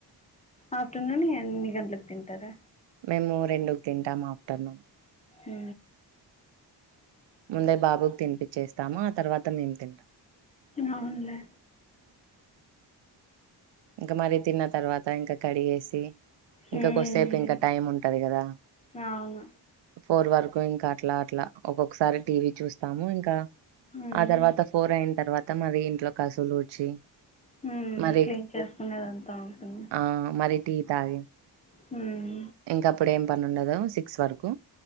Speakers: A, on the left; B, on the right.
A: ఆఫ్టర్నూన్ ఎన్ని గంటలకు తింటరా
B: మేము రెండుకు తింటాం ఆఫ్టర్నూన్
A: ఉ
B: ముందే బాబుకి తినిపిచ్చేస్తాము ఆ తర్వాత మేం తింటాం
A: అవున్లా
B: ఇంక మరీ తిన్న తర్వాత ఇంక కడిగేసి
A: హ్మ్.
B: ఇంక కొద్దిసేపు ఇంకా టైమ్ ఉంటది కదా
A: అవును.
B: ఫోర్ వరు ఇంకా అట్లా అట్లా ఒక్కొక్కసారి టీవి చూస్తాము ఇంకా
A: హ్మ్.
B: ఆ తర్వాత ఫోర్ అయిన తర్వా అత మరి ఇంట్లో కసువులు ఊడ్చి
A: హ్మ్
B: మరి
A: క్లీన్ చేసుకునేదంతా ఉంటుంది
B: ఆ తాగి
A: హుమ్
B: ఇంక అప్పుడు ఏం పని ఉండదు సిక్స్ వరకు